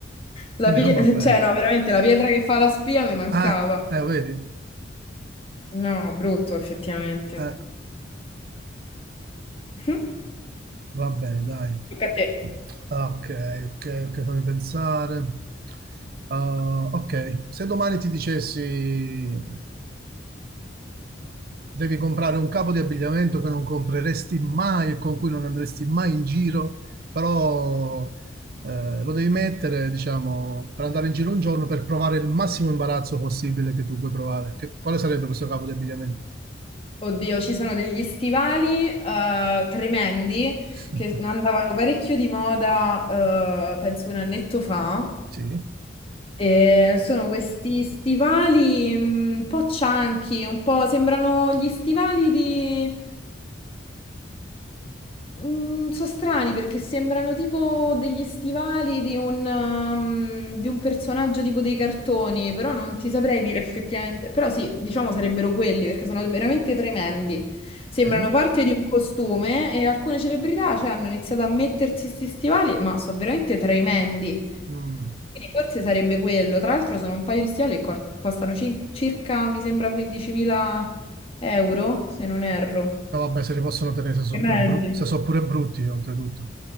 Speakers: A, on the left; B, on the right.
A: La
B: Quindi
A: pi-
B: non va bene.
A: cioè, no, veramente, la pietra che fa la spia mi mancava.
B: Ah, eh, vedi?
A: No, brutto, effettivamente.
B: Eh,
A: <laughs>
B: va bene, dai.
A: Tocca a te.
B: Ah, Ok, ok, ok, fammi pensare. Ah, ok, se domani ti dicessi Devi comprare un capo di abbigliamento che non compreresti mai e con cui non andresti mai in giro, però eh, lo devi mettere, diciamo, per andare in giro un giorno per provare il massimo imbarazzo possibile che tu puoi provare. Che- quale sarebbe questo capo di abbigliamento?
A: Oddio, ci sono degli stivali eh, tremendi
B: <laughs>
A: che andavano parecchio di moda, eh, penso un annetto fa.
B: Sì,
A: E sono questi stivali mm, un po' cianchi, un po' sembrano gli stivali di, Mm, sono strani perché sembrano tipo degli stivali di un, um, di un personaggio tipo dei cartoni, però non ti saprei dire effettivamente. Però sì, diciamo sarebbero quelli perché sono veramente tremendi. Sembrano
B: ok.
A: parte di un costume e alcune celebrità, cioè, hanno iniziato a mettersi questi stivali, ma sono veramente tremendi.
B: Mm.
A: Quindi forse sarebbe quello. Tra l'altro sono un paio di stivali che cor- costano cin- circa, mi sembra, 15.000 euro, se non erro.
B: No, vabbè, se li possono tenere se sono
A: Tremendi.
B: pure, bru- se sono pure brutti, oltretutto.